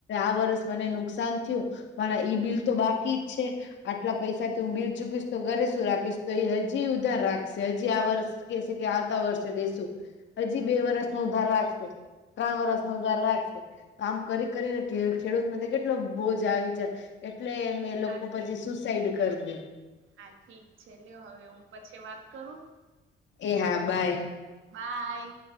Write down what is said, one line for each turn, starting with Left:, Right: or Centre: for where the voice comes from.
Left: આ વર્ષ મને નુકસાન થયું મારા ઈ બિલ તો બાકી જ છે. આટલા પૈસાથી હું બિલ ચૂકીશ તો ઘરે શું રાખીશ તો એ હજી ઉધાર રાખ હજી આ વર્ષ કે છે કે આવતા વર્ષે દેશું હજી બે વરસ નો ઉધાર રાખશે ત્રણ વરષ નો ઉધાર રાખશે આમ કરી કરીને ખેડૂત કેટલો બોજ આવી જાય એટલે એમ એ લોકો
Right: હા ઠીક
Left: પછી શ સાઈડ કર દે.
Right: હા ઠીક છે લ્યો હવે હું પછી વાત કરું?
Left: એ હા બાય.
Right: બાય.